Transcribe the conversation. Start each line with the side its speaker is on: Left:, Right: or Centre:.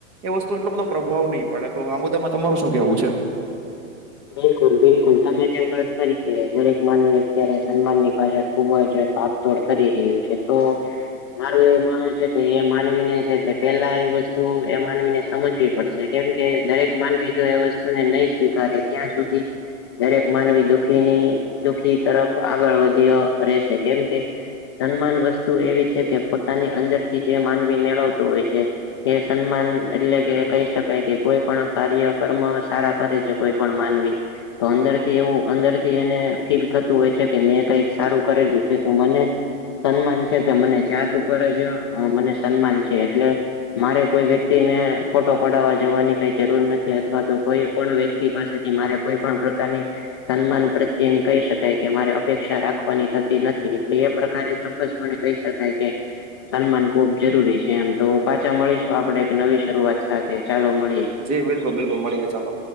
Right: એ વસ્તુ એટલો બધો પ્રભાવ નહીં પડે તો આ મુદ્દામાં તમારું શું કેવું છે.
Left: બિલકુલ બિલકુલ તમે જેમ વાત કરી કે દરેક માનવી અત્યારે સન્માનની પાછળ ખુબ હોય. તોડ કરી રહ્યું છે તો. મારું એવું માનવું છે કે એ માનવીને છે પેલા એ વસ્તુએ માનવીને સમજવી પડશે. કેમ કે દરેક માનવી જોએ વસ્તુને નહીં સ્વીકારે ત્યાં સુધી. દરેક માનવી દુઃખીની દુખી તરફ આગળ વધ્યો રહેશે કેમકે. સન્માન વસ્તુ એવી છે કે પોતાની અંદરથી જે માનવી મેળવતો હોય છે. એ સન્માન એટલે કે કહી શકાય કે કોઈ પણ કાર્ય કર્મ સારા કરે છે કોઈ. પણ માનવી. તો અંદરથી એવું અંદરથી એને ફીલ થતું હોય છે કે મેં કંઈક સારું કરેલું છે તો મને. સન્માન છે કે મને જાત ઉપરજ મને સન્માન છે એટલે. મારે કોઈ વ્યક્તિને ફોટો પડાવવા જવાની કઈ જરૂર નથી અથવા તો કોઈ પણ વ્યક્તિ. એ પાસેથી મારે કોઈપણ પ્રકારની સન્માન પ્રત્યેની કહી શકાય કે મારે અપેક્ષા રાખવાની થતી નથી એટલે એ પ્રકારે ચોક્કસ કોને કહી શકાય કે, સન્માન ખુબ જરૂરી છે, એમ તો પાછા મળીશું આપણે એક નવી શરૂઆત સાથે ચાલો મળીએ.
Right: જી બિલકુલ બિલકુલ મળીએ ચાલો.